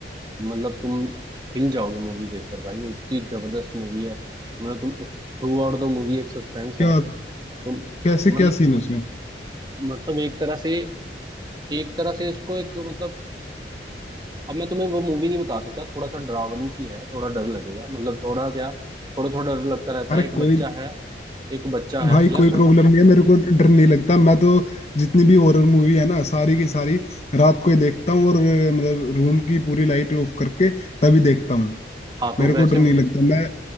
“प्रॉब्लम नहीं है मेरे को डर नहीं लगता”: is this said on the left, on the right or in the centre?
Left